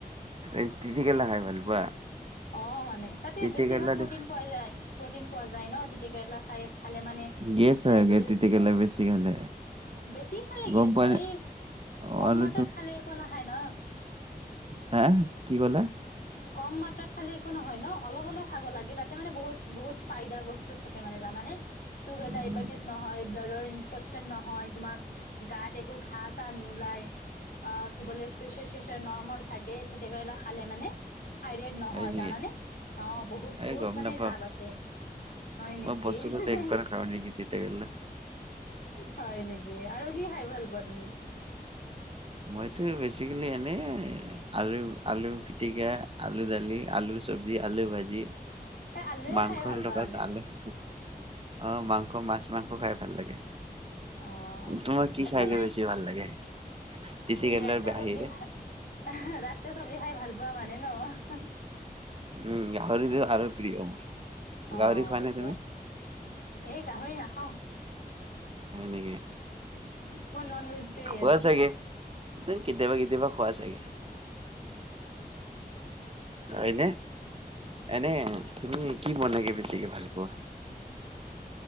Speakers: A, on the right (about 35°); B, on the left (about 65°).
A: এই তিতা কেৰেলা খাই ভাল পোৱা
B: অ' মানে। তাতে
A: তিতিকেৰেলা
B: বেছিভাগ প্ৰটিন
A: দেখোন
B: পোৱা যায় প্ৰটিন পোৱা যায় ন তিতা কেৰেলা খাই খালে মানে।
A: গেছ
B: ডায়বেটিছ
A: হয় গে তিতা কেৰেলা বেছি খালে।
B: বেছি খালে
A: গম
B: গেছ
A: পোৱা
B: হয়,
A: নে
B: কম
A: আৰু
B: মাত্ৰত খালে একো নাখায় ন।
A: হে কি কলা?
B: কম মাত্ৰাত খালে একো নহয় ন অলপ অলপ খাব লাগে তাতে মানে বহুত বহুত ফাইদা বস্তু থাকে মানে জানানে? চুগাৰ
A: উম
B: ডায়বেটিছ নহয় ব্লাডৰ ইনফেকচন নহয় তোমাৰ গাত একো ঘাঁ চাহ নোলাই, অ' কি বোলে প্ৰেচাৰ চেচাৰ নৰ্মেল থাকে তিতা কে খালে মানে থাইৰেড নহয়
A: হয় নেকি
B: জানানে, অ' বহুত
A: এই
B: বহুত
A: গম
B: মানে
A: নাপাও
B: লাভ আছে। হয় নেকি
A: মই বছৰত
B: <unintelligible>
A: একবাৰ খাওঁ নেকি তিতা কেৰেলা
B: হয় নেকি আৰু কি খাই ভাল পোৱা তুমি?
A: মইতো বেছিকেলি এনেই আলু আলু পিটিকা আলু দালি আলু চব্জি আলু ভাজি।
B: এ আলুৱে
A: মাংসৰ
B: খাই ভাল পোৱা মানে?
A: <inaudible> অ' মাংস মাছ মাংস খাই ভাল লাগে,
B: অ
A: তোমাৰ কি
B: একো
A: খাইগে
B: নাই
A: বেছি চি ভাল লাগে? তিতা
B: তুমি
A: কেৰেলাৰ
B: ৰাষ্ট্ৰীয়
A: বাহিৰে
B: চব্জি খাই ৰাষ্ট্ৰীয় চব্জি খাই ভাল পোৱা মানে ন?
A: উম গাহৰিটো আৰু প্ৰিয় মোৰ,
B: অ
A: গাহৰি খোৱা
B: এইটো
A: নে তুমি?
B: এই গাহৰি নাখাও।
A: হয় নেকি,
B: মই নন ভেজিটেৰিয়ান
A: খোৱা চাগে? ন কেতিয়াবা কেতিয়াবা খোৱা চাগে? হয়নে, এনে তুমি কি বনাগে বেছিকে ভাল পোৱা?